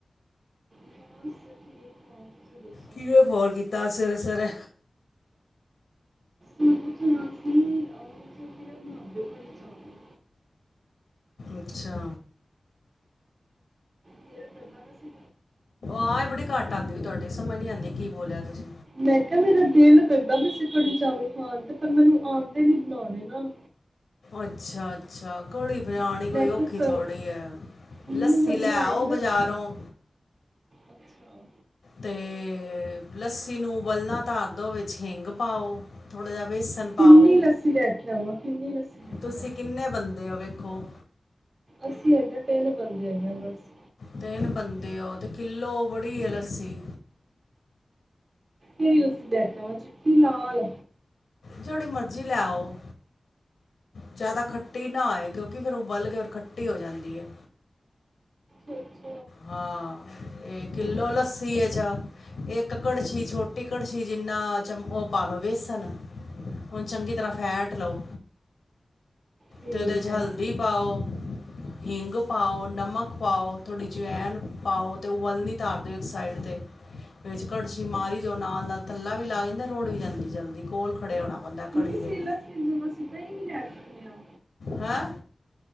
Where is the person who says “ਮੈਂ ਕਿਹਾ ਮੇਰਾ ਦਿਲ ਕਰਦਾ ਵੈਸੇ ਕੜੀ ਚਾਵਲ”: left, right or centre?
Right